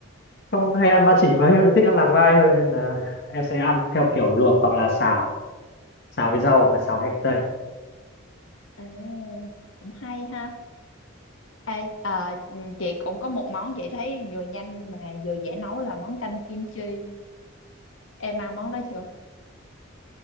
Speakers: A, on the left; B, on the left.
A: không hay ăn ba chỉ mà em lại thích ăn lạc vai hơn nên là em sẽ ăn theo kiểu luộc hoặc là xào xào với rau hoặc là xào với hành tây
B: À, cũng hay ha. Ê, ờ, ừ, chị cũng có một món chị thấy vừa nhanh mà vừa dễ nấu là món canh kim chi. Em ăn món đó chưa?